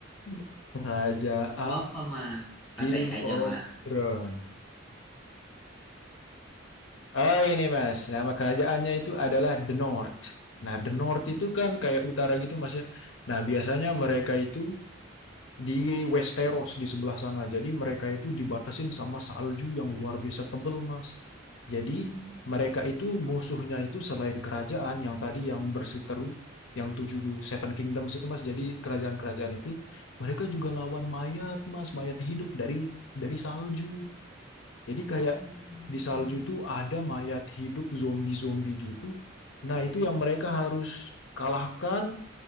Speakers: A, on the left; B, in the centre.
A: <laughs> Kerajaan
B: Gak apa-apa mas, santai
A: Game of
B: aja mas.
A: Thrones. Oh ini Mas, nama kerajaannya itu adalah The North. Nah, The North
B: Hmm.
A: itu kan kayak utara gitu Mas ya. Nah, biasanya mereka itu di Westeros di sebelah sana. Jadi mereka itu dibatasin sama salju yang luar biasa tebel Mas. Jadi
B: Hmm.
A: mereka itu musuhnya itu selain kerajaan yang tadi yang berseteru, yang tujuh Seven Kingdoms itu Mas. Jadi kerajaan-kerajaan itu mereka juga lawan mayat Mas, mayat hidup dari dari salju. Jadi kayak
B: Hmm.
A: di salju tuh ada mayat hidup zombie-zombie gitu. Nah, itu yang mereka harus kalahkan